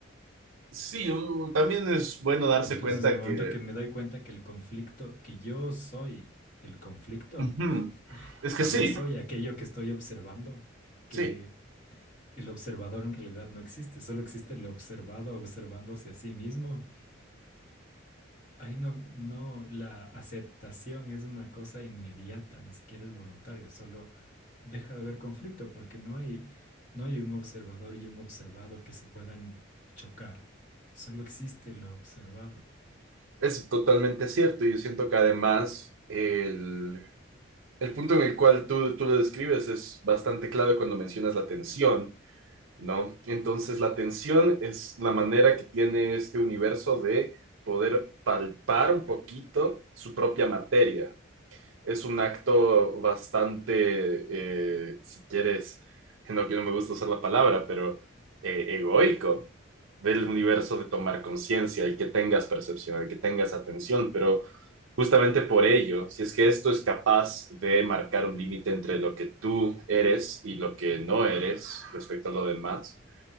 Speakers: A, on the right; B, on the left.
A: Sí, u- también es bueno darse
B: Entonces,
A: cuenta
B: el momento
A: que...
B: que me doy cuenta que el conflicto, que yo soy el conflicto,
A: ujú. Es
B: que
A: que sí.
B: yo soy aquello que estoy observando, que
A: Sí,
B: el observador en realidad no existe, solo existe el observado observándose a sí mismo. Ahí no, no, la aceptación es una cosa inmediata, ni siquiera es voluntario, solo deja de haber conflicto porque no hay, no hay un observador y un observado que se puedan chocar, solo existe lo observado.
A: Es totalmente cierto. Yo siento que además el, el punto en el cual tú, tú lo describes es bastante clave cuando mencionas la tensión, ¿no? Entonces la tensión es la manera que tiene este universo de poder palpar un poquito su propia materia es un acto bastante, eh, si quieres, no, que no me gusta usar la palabra, pero eh, egoico del universo de tomar conciencia, el que tengas percepción, el que tengas atención, pero justamente por ello, si es que esto es capaz de marcar un límite entre lo que tú eres y lo que no eres respecto a lo demás,